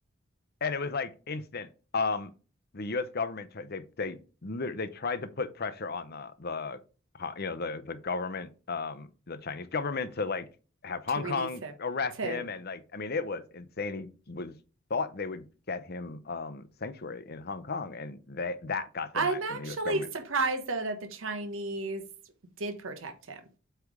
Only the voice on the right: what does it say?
to release
him.
To
I'm
actually
surprised though that the Chinese did protect him.